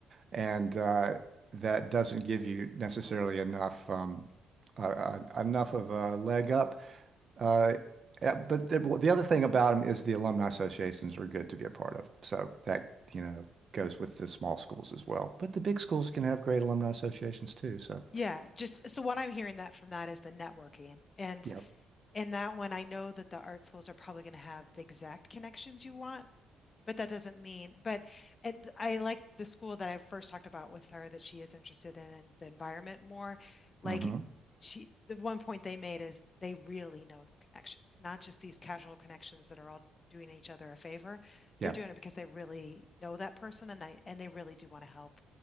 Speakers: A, on the right; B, on the left.
A: and uh, that doesn't give you necessarily enough um, uh, uh, enough of a leg up. Uh, uh, but the, well, the other thing about them is the alumni associations are good to be a part of. So that you know goes with the small schools as well. But the big schools can have great alumni associations too. So
B: Yeah, just so what I'm hearing that from that is the networking. And
A: yeah.
B: in that one, I know that the art schools are probably going to have the exact connections you want, but that doesn't mean, but and I like the school that I first talked about with her that she is interested in the environment more. Like
A: mm hmm
B: she, the one point they made is they really know their connections, not just these casual connections that are all doing each other a favor.
A: Yeah,
B: They're doing it because they really know that person and they and they really do want to help